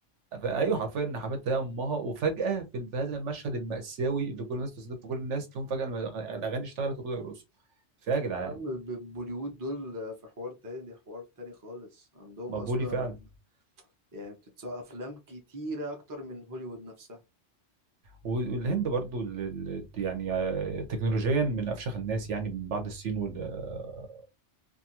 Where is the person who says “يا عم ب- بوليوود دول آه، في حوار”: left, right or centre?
Right